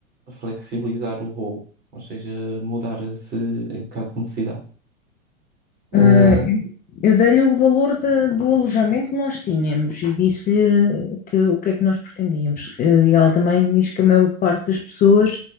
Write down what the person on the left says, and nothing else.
Ah,
eu eu dei-lhe o valor da- do alojamento que nós tínhamos e disse-lhe que, o que é que nós pretendíamos. E ela também diz que a maior parte das pessoas